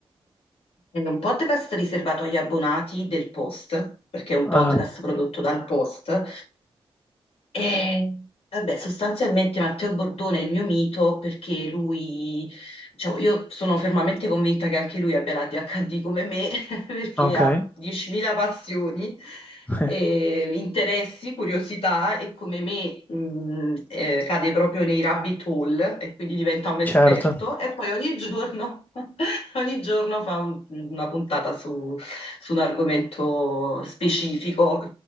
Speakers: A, on the left; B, on the left.
A: È un podcast riservato agli abbonati del Post, perché è un
B: Ah,
A: podcast prodotto dal Post, E, vabbè, sostanzialmente Matteo Bordone è il mio mito perché lui, diciamo, io sono fermamente convinta che anche lui abbia la dhd come me, <laughs> perché
B: okay.
A: ha 10.000 passioni,
B: <laughs>
A: eh, interessi, curiosità e come me, mh, eh, cade proprio nei rabbit hole e quindi diventa un esperto
B: Certo.
A: e poi ogni giorno, <laughs> ogni giorno fa un- una puntata su, su un argomento specifico,